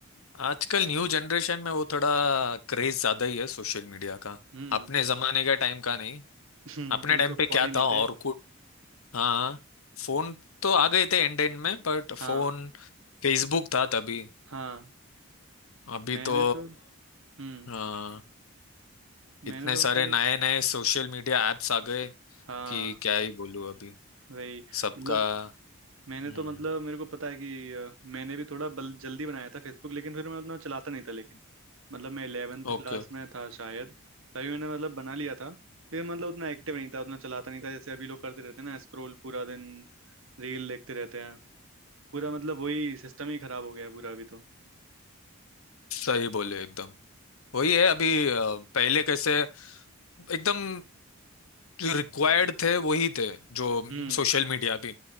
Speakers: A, on the left; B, on the right.
A: आजकल न्यू जनरेशन में वो थोड़ा क्रेज ज्यादा ही है सोशल मीडिया का
B: हम्म
A: अपने जमाने के टाइम का नहीं
B: <laughs> हम्म,
A: अपने
B: तभी
A: टाइम
B: तो
A: पे क्या
B: फोन ही नहीं
A: था
B: थे
A: और कुछ हाँ फोन तो आ गए थे एंड एंड में बट फोन
B: हाँ
A: फेसबुक था तभी
B: हाँ
A: अभी
B: मैंने
A: तो
B: तो हम्म
A: हाँ
B: मैंने
A: इतने
B: तो
A: सारे
B: मतलब
A: नए नए सोशल मीडिया एप्स आ गए
B: हाँ
A: कि क्या ही बोलूं अभी
B: वही
A: सबका
B: मतलब मैंने
A: हम्म
B: तो मतलब मेरे को पता है कि अ, मैंने भी थोड़ा बल जल्दी बनाया था फेसबुक लेकिन फिर मैं उतना चलाता नहीं था लेकिन मतलब मैं इलेवेंथ
A: ओके
B: क्लास में था शायद तभी मैंने मतलब बना लिया था लेकिन मतलब उतना एक्टिव नहीं था उतना चलाता नहीं था जैसे अभी लोग करते रहते हैं ना स्क्रॉल पूरा दिन रील देखते रहते हैं पूरा मतलब वही सिस्टम ही खराब हो गया है पूरा अभी तो
A: सही बोले एकदम वही है अभी अ, पहले कैसे एकदम रिक्वायर्ड थे वही थे जो
B: हम्म
A: सोशल मीडिया भी